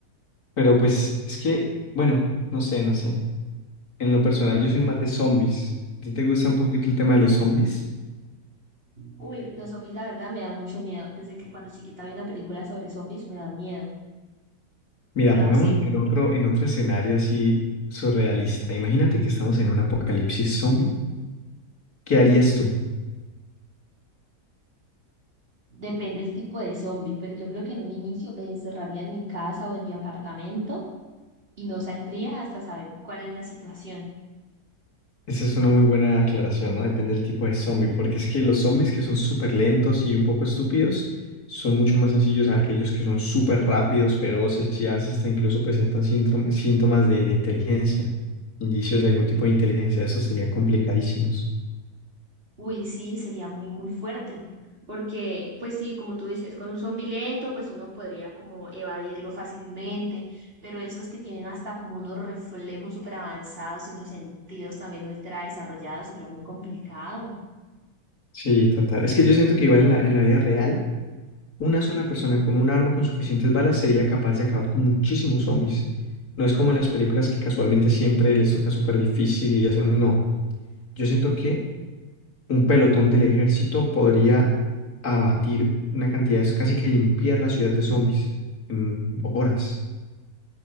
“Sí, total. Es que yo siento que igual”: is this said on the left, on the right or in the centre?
Left